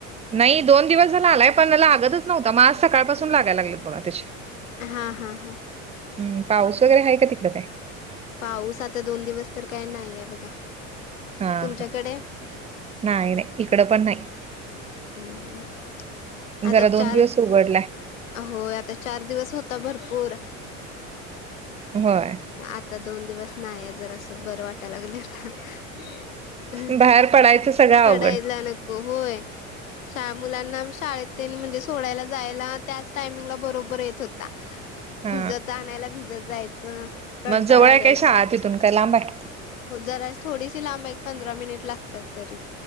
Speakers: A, on the right (about 15°); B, on the left (about 85°).
A: नाही दोन दिवस झाला आलाय पण लागतच नव्हता मग आज सकाळपासून लागाला लागले बगा तसे
B: हा हा हां.
A: हम पाऊस वगैरे आहे का तिकडं काय.
B: पाऊस आता दोन दिवस तर काय नाही आहे बघा.
A: हा
B: तुमच्याकडे
A: हा. नाही नाही इकडं पण नाही.
B: हम्म हम्
A: जरा
B: आता
A: दोन
B: चार
A: दिवस उघडलाय
B: अ हो आता चार दिवस होता भरपूर.
A: होय.
B: मग आता दोन दिवस नाही जर असं बरं वाटयला लागलं.
A: बाहेर पडायचं सगळं अवघड
B: पडायला नको होय. श मुलांना शाळेत टेन म्हणजे सोडायला जायला त्याच टायमिंगला बरोबर येत होता.
A: हा
B: भिजत आणायला भिजत जायचं. कंटाळा
A: मग जवळ
B: आलेला.
A: आहे काय शाळा तिथून काय लांब आहे?
B: हो जराज थोडीशी लांब एक पंधरा मिनिट लागतात तरी.